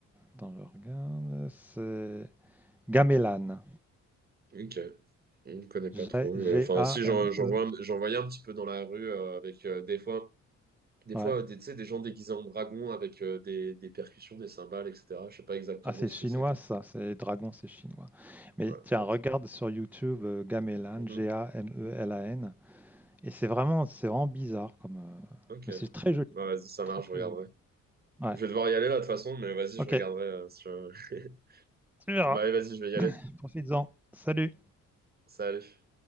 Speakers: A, in the centre; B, on the right (about 30°).
A: Attends, je regarde, c'est Gamelan.
B: ok. On ne connaît pas
A: G-
B: trop. mais-
A: G-A-M-E.
B: Enfin, si j'en j'en vois, un- j'en voyais un petit peu dans la rue euh, avec euh, des fois, des
A: Ouais.
B: fois, euh, des, tu sais, des gens déguisés en dragons avec euh, des, des percussions, des cymbales, etc. Je sais pas exactement
A: Ah, c'est
B: ce
A: chinois,
B: que c'est comme.
A: ça. C'est dragon, c'est chinois. Mais
B: Ouais, en
A: tiens,
B: fait.
A: regarde sur YouTube euh, Gamelan,
B: Mhm.
A: G-A-M-E-L-A-N. Et c'est vraiment, c'est vraiment bizarre comme. euh,
B: Ok.
A: Mais c'est très joli.
B: Bah, vas-y, ça marche,
A: Très, très
B: je regarderai.
A: joli. Ouais.
B: Je vais devoir y aller là de toute façon, mais vas-y,
A: Ok.
B: je regarderai. euh, si je- <laughs>
A: Tu verras.
B: Bah, allez, vas-y, je vais y aller.
A: Profites-en. Salut.
B: Salut.